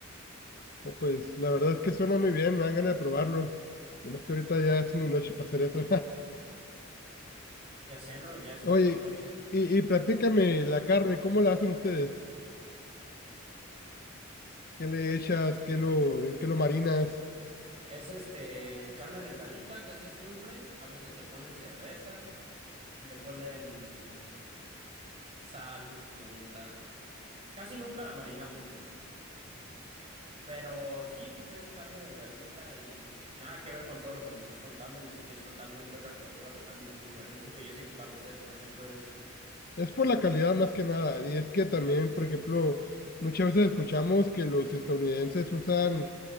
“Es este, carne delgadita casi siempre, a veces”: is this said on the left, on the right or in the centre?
Right